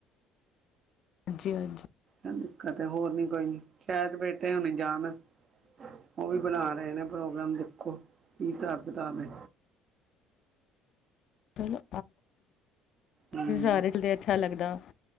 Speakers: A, on the left (about 55°); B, on the right (about 45°).
A: ਹਾਂਜੀ ਹਾਂਜੀ।
B: ਐ ਦਿਕਤ ਏ ਹੋਰ ਨੀ ਕੋਈ ਸ਼ਾਇਦ ਬੇਟੇ ਹੋਣੇ ਜਾਣ। ਉਹ ਵੀ ਬਣਾ ਰਹੇ ਨੇ ਪ੍ਰੋਗਰਾਮ ਦੇਖੋ ਕੀ ਹਿਸਾਬ ਕਿਤਾਬ ਏ
A: ਚਲੋ
B: ਹੂੰ
A: ਰ ਤਾਂ ਅੱਛਾ ਲੱਗਦਾ <unintelligible>